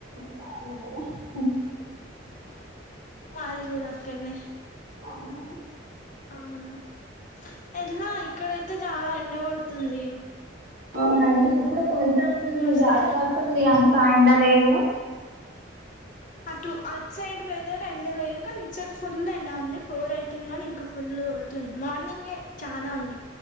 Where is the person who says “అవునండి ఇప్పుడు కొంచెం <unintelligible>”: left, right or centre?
Right